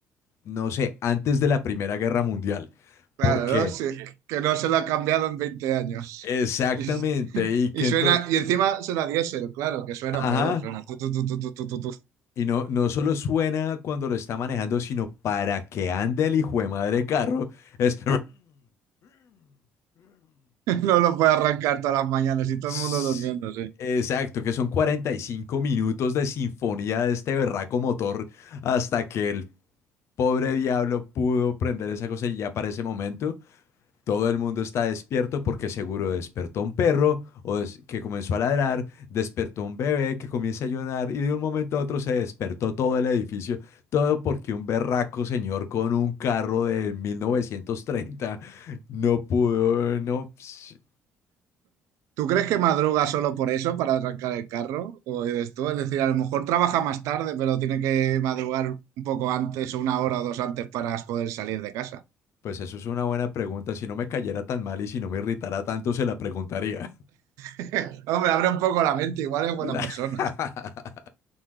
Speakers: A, on the left; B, on the right.
A: no sé, antes de la Primera Guerra Mundial.
B: Claro,
A: Porque,
B: ¿no? Sí, que no se lo ha cambiado en 20 años.
A: exactamente,
B: Y, <laughs>
A: y que
B: y suena,
A: entonces,
B: y encima suena diésel, claro, que suena
A: ajá.
B: peor. Suena tu, tu, tu, tu, tu, tu, tu, tu.
A: Y no, no solo suena cuando lo está manejando, sino para que ande el hijo de madre carro, es
B: <laughs> No lo puede arrancar todas las mañanas y todo
A: S-
B: el mundo durmiéndose.
A: Exacto, que son 45 minutos de sinfonía de este berraco motor hasta que el pobre diablo pudo prender esa cosa y ya para ese momento todo el mundo está despierto porque seguro despertó un perro o des- que comenzó a ladrar, despertó un bebé que comienza a llorar y de un momento a otro se despertó todo el edificio, todo porque un berraco señor con un carro de 1930 no pudo, no, ps-
B: ¿Tú crees que madruga solo por eso, para arrancar el carro? ¿O eres tú? Es decir, a lo mejor trabaja más tarde, pero tiene que madrugar un poco antes o una hora o dos antes para poder salir de casa.
A: pues eso es una buena pregunta. Si no me cayera tan mal y si no me irritara tanto, se la preguntaría.
B: <laughs> Hombre, abre un poco la mente, igual es buena
A: <laughs>
B: persona.